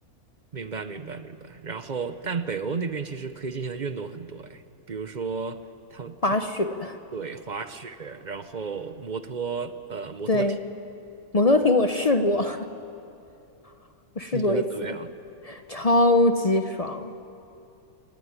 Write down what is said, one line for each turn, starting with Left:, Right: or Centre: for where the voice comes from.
Right: 明白，明白，明白。然后，但北欧那边其实可以进行的运动很多，哎，比如说他他
Left: 滑雪。
Right: 对滑雪，然后摩托，呃，摩托艇，
Left: 对，摩托艇我试过，<laughs> 我试过一次，
Right: 你觉得怎么样？
Left: 超级爽。